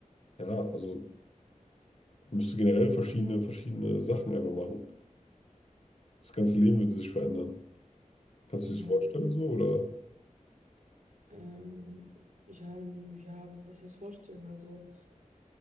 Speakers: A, on the left (about 50°); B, on the right (about 75°).
A: ja, also man müsste generell verschiedene, verschiedene Sachen einfach machen. Das ganze Leben würde sich verändern. Kannst
B: Ja,
A: du dir das vorstellen so oder?
B: ähm, ja, n- ja, was heißt vorstellen? Also,